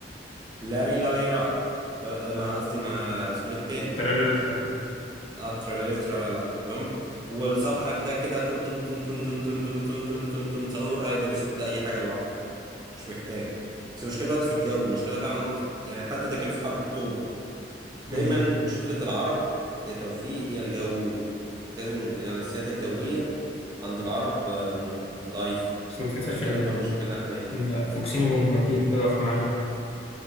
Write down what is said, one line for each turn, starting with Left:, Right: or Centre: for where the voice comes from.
Right: لاري لاليرا طب- مع قصدي مع اسمه ايه التاني
Left: ترى ترلا
Right: اه تراليري ترالالا تمام والصحراء كده كده تن تن تن تن تن تن تن تن تن تن تن سهور هيقدر يصد اي حاجه لوحده مش محتاجه بس المشكله دلوقتي في الجو المشكله فعلا نقطه يعني حتى ده كان في حرب اكتوبر دايما
Left: أمم،
Right: مشكلة العرب يا توفيق هي الجو لازم يعني السيادة الجوية عند العرب آم، ضعيف
Left: بس ما تنساش
Right: دي
Left: إن
Right: أكبر مشاكلنا حاليا
Left: إن فوكسينو بومباردينو هيقف معانا